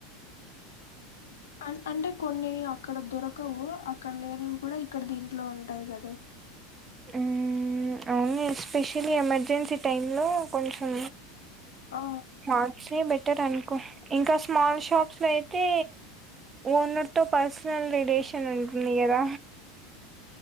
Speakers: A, on the left (about 75°); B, on the right (about 25°).
A: అ అంటే కొన్ని అక్కడ దొరకవు అక్కడ లేనివి కూడా ఇక్కడ దీంట్లో ఉంటాయి కదా
B: ఉమ్ అవును ఎస్పెషలీ ఎమర్జెన్సీ టైంలో కొంచెం
A: ఆ
B: మాల్స్ బెటర్ అని ఇంకా స్మాల్ షాప్స్ లో అయితే ఓనర్ తో పర్సనల్ రిలేషన్ ఉ ఉంది కధ